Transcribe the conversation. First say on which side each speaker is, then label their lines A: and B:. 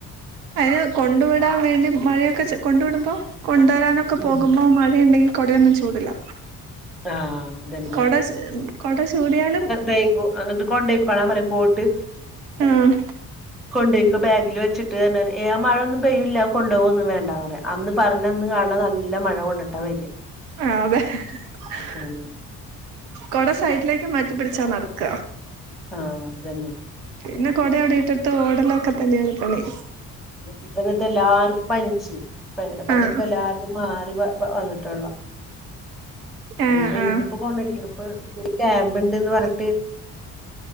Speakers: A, on the right; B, in the centre.
A: അത് കൊണ്ടു വിടാൻ വേണ്ടി മഴയൊക്കെ ച കൊണ്ട് വിടുമ്പോ കൊണ്ടുവരാനൊക്കെ
B: ഉം
A: പോകുമ്പോ മഴയുണ്ടെങ്കിൽ കൊടയൊന്നും ചൂടില്ല
B: ആഹ് അതന്നെ
A: കൊട കൊട ചൂടിയാലും
B: റെയിൻ കോ അന്നിട് കൊണ്ടയികോളാൻ പറയും കോട്ട്
A: ആഹ്
B: കൊടെക്ക് ബാഗില് വച്ചി ട്ട് മഴൊന്നും പെയ്യുല്ല കൊുപോകന്ന് വേണ്ടന്ന് അന്ന് പറഞ്ഞ അന്ന് നല്ല മഴ കൊണ്ടിട്ടാ വരിക
A: ആഹ് അതെ <unintelligible>
B: ഉം
A: കൊട സൈഡിലേക്ക് മാറ്റി പിടിച്ചാ നടക്ക
B: ആ അതന്നെ
A: പിന്നെ കുട അവിടെ ഇട്ടിട്ട് ഓടലൊക്കെ തന്നെയാണ് കളി
B: ഇപ്പ എന്നിട്ടെല്ലാർക്കും പനിച് പനിയൊക്കെ
A: ആഹ്
B: എല്ലാർകും മാറി വന്നിട്ടുള്ളൂ
A: ആഹ്
B: ഇനിയിപ്പോ ഇന്നിപ്പോ
A: ആഹ്
B: <inaudible> ഒരു ക്യാമ്പ് ഒണ്ടെന്ന് പറഞ്ഞിട്ട്